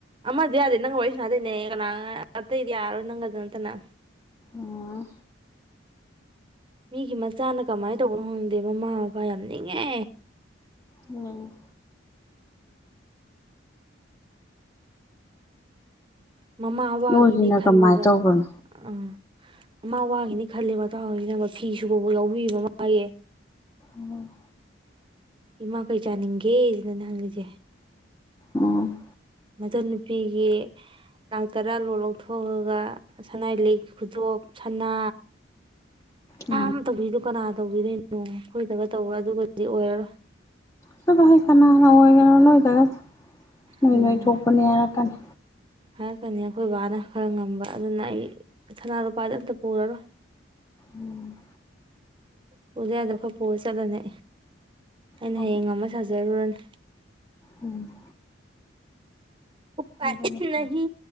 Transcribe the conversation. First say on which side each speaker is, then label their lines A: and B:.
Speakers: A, on the right (about 25°); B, on the left (about 15°).
A: ꯃ ꯃ ꯑꯗꯨ ꯌꯥꯗꯦ ꯅꯪ ꯋꯥꯣꯏꯁ ꯃꯥꯗꯦꯅꯦꯗ ꯌꯥꯔꯣ ꯅꯪ ꯑꯗꯨꯅꯅ
B: ꯑꯣꯝ
A: ꯃꯤꯒꯤ ꯃꯆꯥꯅ ꯀꯃꯥꯏꯅ ꯇꯧꯕꯅꯣ ꯍꯪꯗꯦ ꯃꯃꯥ ꯃꯄꯥ ꯌꯥꯝ ꯅꯤꯡꯉꯦ
B: ꯎꯝ
A: ꯃꯃꯥ ꯑꯋꯥꯒꯤꯅꯦ
B: ꯅꯣꯏꯒꯤꯅ
A: ꯈꯔꯃꯗ
B: ꯀꯃꯥꯏ ꯇꯧꯕꯅꯣ
A: ꯑ ꯑꯃ ꯋꯥꯈꯤꯅꯤ ꯈꯜꯜꯂꯤꯦ ꯃꯇꯥꯡ ꯑꯣꯏꯁꯤꯅ ꯐꯤ ꯁꯨꯕꯕꯨ ꯌꯥꯎꯕꯤ ꯃꯥꯌꯦ
B: ꯎꯝ
A: ꯏꯃꯥ ꯀꯩ ꯆꯥꯅꯤꯡꯒꯦꯁꯤꯅꯅꯦ ꯍꯪꯉꯁꯦ
B: ꯎꯝ
A: ꯃꯆꯟꯅꯨꯄꯤꯒꯤ ꯂꯥꯡ ꯇꯔꯥ ꯂꯣꯟ ꯂꯧꯊꯣꯛꯑꯒ ꯁꯅꯥꯏ ꯂꯤꯛ ꯈꯨꯗꯣꯞ ꯁꯅꯥ
B: ꯎꯝ
A: ꯝ ꯇꯗꯨ ꯀꯥꯟꯅ ꯇꯧꯕꯤꯗꯣꯏꯅꯣ ꯑꯩꯈꯣꯏꯗꯒ ꯇꯧꯕ ꯑꯗꯨꯒꯗꯤ ꯑꯣꯏꯔꯔꯣꯏ
B: ꯆꯗꯣꯏ ꯀ ꯅꯒ ꯅꯣꯏꯗ ꯅꯣꯏ
A: ꯎꯝ
B: ꯅꯣꯏ ꯊꯣꯛꯄꯅꯦ ꯍꯥꯏꯔꯛꯀꯥꯟꯅꯤ
A: ꯍꯥꯏꯔꯛꯀꯅꯤ ꯑꯩꯈꯣꯏ ꯕꯕꯥꯅ ꯈꯔ ꯉꯝꯕ ꯑꯗꯨꯅ ꯑꯩ ꯁꯅꯥ ꯂꯨꯄꯥꯗꯤ ꯑꯝꯇ ꯄꯨꯔꯔꯣꯏ
B: ꯎꯝ
A: ꯄꯨꯗ ꯌꯥꯗꯕ ꯈꯔ ꯄꯨꯔ ꯆꯠꯂꯅꯤ ꯑꯩꯅ
B: ꯍꯣꯏ
A: ꯍꯌꯦꯡ ꯉꯝꯃꯥ ꯁꯥ ꯖꯔꯨꯔꯅꯤ
B: ꯎꯝ
A: ꯎꯄꯥꯏ
B: ꯑꯗꯨꯅ
A: <unintelligible>
B: ꯐꯔꯦ
A: ꯅꯍꯤ